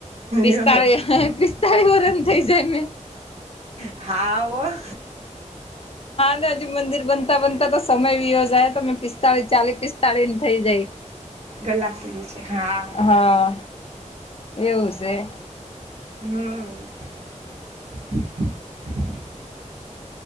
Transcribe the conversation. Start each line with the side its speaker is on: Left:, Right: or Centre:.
Left: પિસ્તા
Right: યો
Left: <unintelligible> વર્ષની થઈ જાય ને
Right: હા. હો
Left: હજુ મંદિર બનતા બનતા તો સમય વીતી જાય તમે પિસ્તાળી પિસતાળીની થઈ જાય.
Right: ગલાસ લીધું છે હા
Left: હા. એવું છે.
Right: હમ.